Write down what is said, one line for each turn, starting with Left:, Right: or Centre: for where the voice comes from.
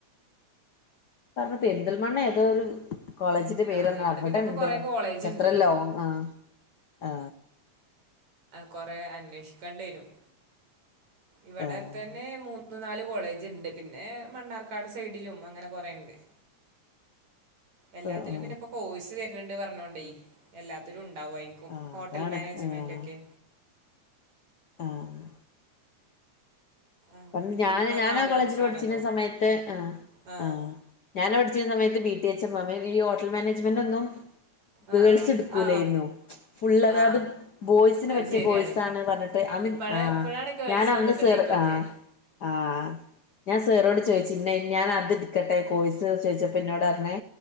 Left: കാരണം പെരുന്തൽ മണ്ണ ഏതോരു കോളേജിന്റെ പേര്ന്ത
Right: ആഹ് ഇവിടെ
Left: അവിടെ
Right: പിന്നെ ഇപ്പോൾ
Left: ഉണ്ട്
Right: കുറേ കോളേജ്
Left: പക്ഷെ അത്ര
Right: ഉണ്ട്
Left: ലോങ് ആ ആ
Right: കൊറെ അന്വേഷിക്കണ്ടി വരും ഇവിടെ
Left: ആഹ്
Right: തന്നെ മൂന്ന് മൂന്ന നാല് കോളേജ് ഉണ്ട് പിന്നെ മണ്ണാർക്കാട് സൈഡിലും അങ്ങനെ കൊറേ ഇണ്ട്
Left: <unintelligible>
Right: എല്ലാത്തിലും
Left: ആഹ്
Right: പിന്നെ ഇപ്പോ കോഴ്സ് വരണണ്ട് പറഞ്ഞോണ്ടേ എല്ലാത്തിലും ഉണ്ട് ഉണ്ടാഓയിരിക്കും
Left: ആഹ്
Right: ഹോട്ടൽ
Left: അതാണ്
Right: മാനേജ്മെന്റ്
Left: ആഹ്
Right: ഒക്കെ
Left: ആഹ്
Right: അങ്ങനെ
Left: കണ്ട് ഞാന്
Right: പിന്നെ ഇപ്പോൾ
Left: ഞാനാ
Right: നാല്
Left: കോളേജിൽ
Right: വർഷമാണല്ലോ
Left: പഠിച്ചിന്ന സമയത്ത് ആ
Right: ആ
Left: ആ് ഞാൻ അവിടെച്ചിരുന്ന സമയത്ത് ബി ടി എച്ച എ ഈ ഹോട്ടൽ മാനേജ്മെന്റ്ന്നും
Right: ആ
Left: ഗേൾസ് ടുക്കൂലായിരുന്നു
Right: ആ
Left: ഫുൾ അതത്
Right: ആ
Left: ബോയ്സിന്
Right: അത്
Left: പറ്റിയ
Right: ശരിയാണ്
Left: ബോയ്സ് ആണ് പറഞ്ഞിട്ട് അ
Right: ഇപ്പോഴാണ്
Left: ആ്
Right: ഇപ്പോഴാണ് ഗേൾസ്
Left: ഞാനന്ന്
Right: വന്നിക്കണേക്കൊക്കെ
Left: ആഹ് ആഹ് ഞാൻ സാറോട് ചോദിച്ചുഇന്നെ ഞൻ അത് എടുക്കട്ടെ കോയ്സ് ചോച്ചപ്പോ എന്നോട് പറഞ്ഞെ